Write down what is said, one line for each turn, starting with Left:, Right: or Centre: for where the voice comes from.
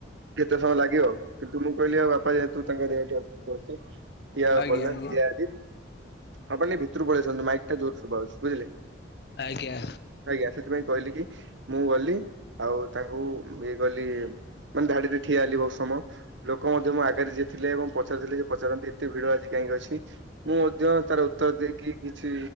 Right: କେତେ ସମୟ ଲାଗିବ। କିନ୍ତୁ ମୁଁ କହିଲି ଆଉ ବାପା ଯେହେତୁ ତାଙ୍କ ରେଟେ ଅଧିକ ଅଛି। ଠିଆ ହବାକୁ
Left: ଆଜ୍ଞା ଆଜ୍ଞା
Right: ପଡିଲା। ଠିଆ ହେଲି ଆପଣ ଟିକେ ଭିତରୁ ପଳେଇ ଆସନ୍ତୁ। ମାଇକ୍ ଟା ଜୋର ଶୁଭା ଯାଉଛି ବୁଝିଲେ।
Left: ଆଜ୍ଞା
Right: ଆଜ୍ଞା ସେଥିପାଇଁ କହିଲି କି ମୁଁ ଗଲି ଆଉ ତାଙ୍କୁ ଇଏ ଗଲି ମାନେ ଧାଡିରେ ଠିଆ ହେଲି ବହୁତ ସମୟ। ଲୋକ ମଧ୍ୟ ମୋ ଆଗରେ ଯିଏ ଥିଲେ ଏବଂ ପଛରେ ଥିଲେ ପଚାରନ୍ତି ଏତେ ଭିଡ ଆଜି କାହିଁକି? <unintelligible> ମୁଁ ମଧ୍ୟ ତାର ଉତ୍ତର ଦେଇକି କିଛି